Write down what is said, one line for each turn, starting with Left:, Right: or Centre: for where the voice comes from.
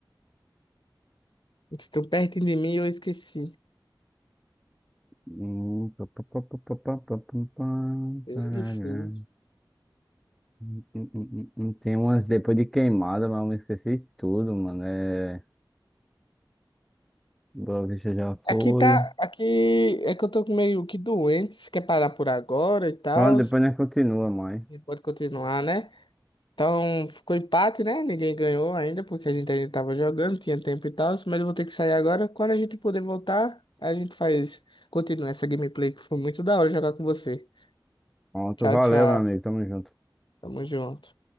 Left: Eles Tão pertinho de mim, e eu esqueci.
Centre: Hum, pá, pá, pá, pá, pá, pá, pá, pá, pá,
Left: É
Centre: parará.
Left: difícil.
Centre: Hum, hum, hum, hum. Tem umas depois de queimada, mas eu me esqueci tudo, mano. É... Boa Vista já foi.
Left: Aqui tá. Aqui é que eu tô meio que doente. Se quer parar por agora e tal.
Centre: Pronto, depois nós continua mais.
Left: E pode continuar, né? Então ficou empate, né? Ninguém ganhou ainda porque a gente ainda tava jogando, tinha tempo e tal, mas eu vou ter que sair agora. Quando a gente puder voltar, a gente faz, continua essa gameplay que foi muito da hora jogar com você.
Centre: Pronto,
Left: Tchau,
Centre: valeu,
Left: tchau.
Centre: meu amigo. Tamo junto.
Left: Tamo junto.